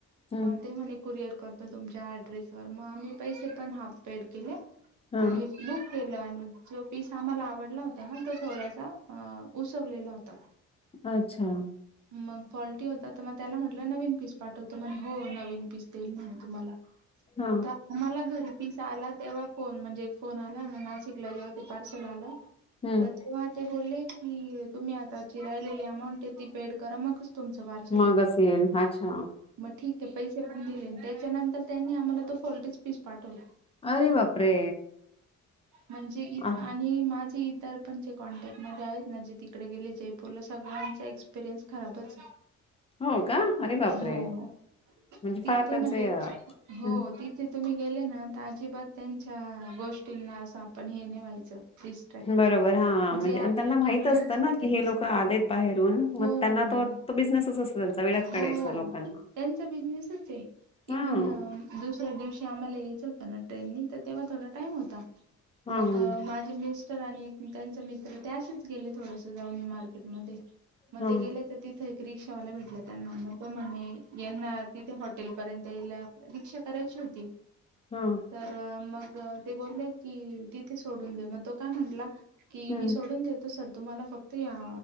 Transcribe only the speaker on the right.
मग ते म्हणे कुरिअर करत तुमच्या ॲड्रेसवर मग आम्ही पैसे पण हाफ पेड केले
आणि बुक केलं आणि जो पीस आम्हाला आवडला होता ना तो थोडासा अ उसवलेला होता.
मग फॉल्टी होता तर मग त्याला म्हंटलं नवीन पीस पाठवतो म्हणे हो नवीन पीस देईल म्हणे तुम्हाला.
तर आम्हाला घरी पिस आला तेव्हा फोन म्हणजे फोन आला ना नाशिकला जेव्हा ते पार्सल आलं
तर तेव्हा ते बोलले ही तुम्ही आताची राहिलेली अमाऊंट आहे ती पेड करा मग. तुमचं पार्सल
आलं
मग ठीक आहे पैसे पण दिले ना. त्याच्यानंतर त्यांनी आम्हाला तो फॉल्टिच पीस पाठवल.
म्हणजे
आणि माझी तर पण जे कॉन्टॅक्ट मध्ये आहेत ना जे तिकडे गेले जयपूरला सगळ्यांचा एक्सपिरियन्स खराबच.
हो
तिथे
म्हणजे
हो तिथे तुम्ही गेले ना तर अजिबात त्यांच्या गोष्टींना असं आपण हे ने व्हायचं डिस्ट्रॅक्ट
जे
आपलं
ठरलंय
तेच
हो
हो हो
हो हो
त्यांचा बिझनेसच आहे
इव्हन दुसऱ्या दिवशी आम्हाला यायचं होतं ना ट्रेननी तर तेव्हा थोडा टाइम होता.
मग
माझी मीच ते आणि एक त्यांच मित्र ते असच गेले थोडस जाऊन मार्केटमध्ये. म
ते गेले तर तिथे रिक्षावाला भेटला त्यांना तो म्हणे येणार तिथे हॉटेल पर्यंतला रिक्षा. करायची होती
तर मग तर ते बोलले की तिथे सोडून दे मग तो काय म्हटला कि
मी सोडून देतो सर तुम्हाला फक्त या